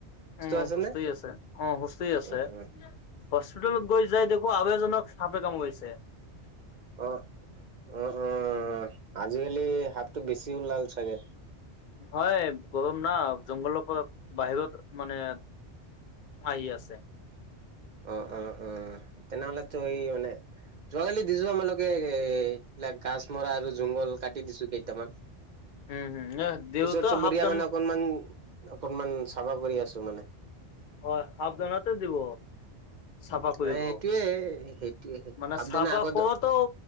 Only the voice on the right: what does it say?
আছে
নে
অ অ
আহ অ উ আজিকালি হাফটো বেছি ওলাল চাগে
অ', অ', অ', তেনেহলেতো এই মানে যোৱাকালি দিছো আমালোকে এ এ ইিলাক গাছ মৰা আৰু জুংঘল কাটি দিছো কেইটামান
ওচৰ চুবুৰীয়া
মানে অকনমান অকনমান চাফা কৰি আছ মানে
সেইটোয়ে সেইটোয়ে
সাৱধানে
আগত